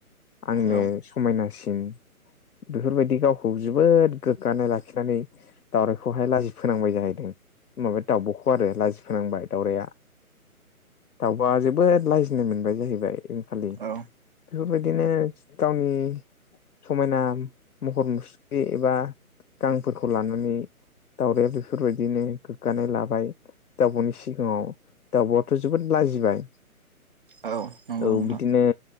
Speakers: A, on the left; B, on the right.
A: आंनो
B: औ
A: समायनासिन बेफोरबायदि गावखौ जोबोद गोग्गानाय लाखिनानै दावरायखौहाय लाजि फोनांबाय जाहैदों माबा दाउब'खौ आरो लाजि फोनांबाय दाउराया दाउबआ जोबोद लाजिनो मोनबाय जाहैबाय यैखालि
B: औ
A: बेफोरबायदिनो गावनि समायना महर मुस्रि एबा गांफोरखौ लानानै दाउराया बेफोरबायदिनो गोग्गानाय लाबाय दाउब'नि सिगाङाव दाउब'आथ' जोबोद लाजिबाय
B: औ नंगौ
A: औ
B: नोंथां
A: बिदिनो